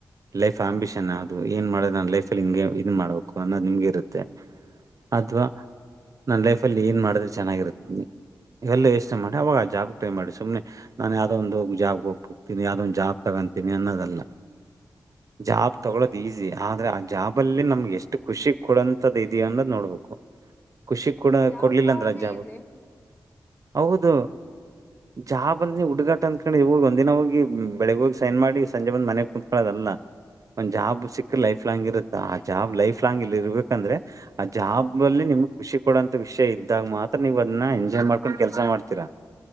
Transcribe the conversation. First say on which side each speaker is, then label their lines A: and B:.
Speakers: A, on the right; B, on the left.
A: ಲೈಫ್
B: ಹ್ಮ್
A: ಆಂಬಿಷನ್ ಅದು. ಏನ್ ಮಾಡದು ನನ್ ಲೈಫಲ್ಲಿ ಹಿಂಗೆ ಇದ್ ಮಾಡ್ಬೇಕು ಅನ್ನೋದ ನಿಮಗೆ ಇರ್ತ. ಮತ್ತೆ ಅದು ನನ್ ಲೈಫ್ ಅಲ್ಲಿ ಏನ್ ಮಾಡದ್ರೆ ಚೆನ್ನಾಗಿರು ಎಲ್ಲ ಯೋಚನೆ ಮಾಡಿ ಅವಾಗ ಜಾಮ್ ಟೈ ಮಾಡಿ ಸುಮ್ಮನೆ. ನಾನ ಯಾವ್ದೊ ಒಂದು ಜಾಬ್ಗ್ ಹೋಗ್ತನಿ ಅದೊಂದು ಜಾಬ್ ತಗೊಂತೀನಿ ಅನ್ನೋದಲ್ಲ. ಜಾಬ್
B: ಹ್ಮ್
A: ತಗೊಳೋದು ಈಜಿ. ಆದ್ರೆ ಆ ಜಾಬ್ ಲ್ಲಿ ನಮ್ಗೆ ಎಷ್ಟು ಖುಷಿ ಕೊಡಂತದ್ದ ಇದೆಯ ಅನ್ನೋದ ನೋಡ್ಬೇಕು. ಖುಷಿ ಕೂಡ
B: ಜಾಬ್
A: ಕೊಡ್ಲಿಲ್ಲ
B: ತಗೊಳೋದೇ
A: ಅಂದ್ರ ಆ ಜಾಬ್
B: ಈಸೇನ್
A: ಹೌದು ಜಾಬ್. ಬಂದ್ ಹುಡುಗಾಟ ಅನ್ಕಂಡಿ ಹೋಗಿ ಒಂದ ದಿನ ಹೋಗಿ ಬೆಳಗ್ ಹೋಗಿ ಸೈನ್ ಮಾಡಿ ಸಂಜೆ ಬಂದ ಮನೆಗ್ ಕುಂತ್ಕೊಳದಲ್ಲ. ಒಂದ್ ಜಾಬ್ ಸಿಕ್ಕ ಲೈಫ್ ಲಾಂಗ್ ಇರುತ್ತ ಆ ಜಾಬ್ ಲೈಫ್ ಲಾಂಗ್ ಇಲ್ಲಿ ಇರ್ಬೇಕಂದ್ರೆ. ಆ ಜಾಬ್ ಅಲ್ಲಿ ನಿಮ್ಗ ಖುಷಿ ಕೊಡುವಂತ ವಿಷಯ ಇದ್ದಾಗ ಮಾತ್ರ ನೀವ್ ಅದನ್ನ ಎಂಜಾಯ್ ಮಾಡ್ಕೊಂಡ್ ಕೆಲ್ಸ ಮಾಡ್ತೀರಾ.